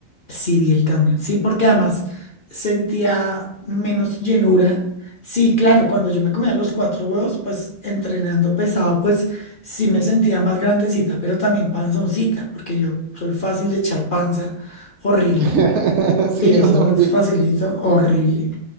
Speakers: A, on the left; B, on the right.
A: Sí, vi el cambio. Sí, porque además sentía menos llenura. Sí, claro, cuando yo me comía los cuatro huevos, pues entrenando pesado, pues sí me sentía más grandecita, pero también panzoncita, porque yo soy fácil de echar panza, horrible.
B: <laughs> Sí,
A: Y eso
B: yo también.
A: es facilito, horrible.